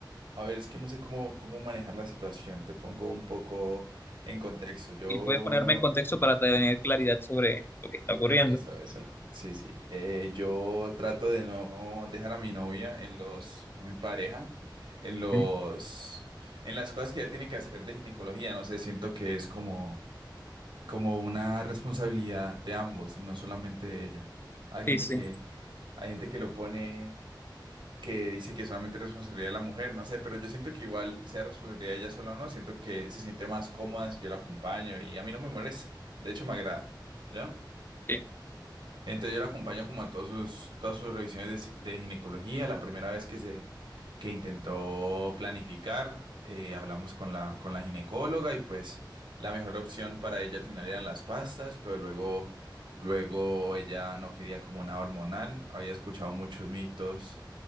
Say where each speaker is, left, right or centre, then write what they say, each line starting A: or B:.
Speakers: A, on the right; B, on the left.
A: a ver, es que no sé cómo, cómo manejar la situación, te pongo un poco en contexto. Yo
B: Y puedes ponerme en contexto para tener claridad sobre lo que está ocurriendo.
A: Eso, eso. Sí, sí. Eh, yo trato de no dejar a mi novia en los, a mi pareja, en los,
B: ¿Mm?
A: en las cosas que ella tiene que hacer de ginecología. No sé, siento que es como, como una responsabilidad de ambos y no solamente de ella. Hay
B: Sí,
A: gente
B: sí,
A: que, hay gente que lo pone, que dice que solamente es responsabilidad de la mujer, no sé, pero yo siento que igual sea responsabilidad de ella sola o no, siento que se siente más cómoda si yo la acompaño y a mí no me molesta. De hecho, me agrada. ¿Ya?
B: sí.
A: Entonces yo la acompaño como a todos sus, todas sus revisiones de, de ginecología. La primera vez que se que intentó planificar, eh, hablamos con la, con la ginecóloga y pues la mejor opción para ella al final eran las pastas, pero luego, luego ella no quería como nada hormonal. Había escuchado muchos mitos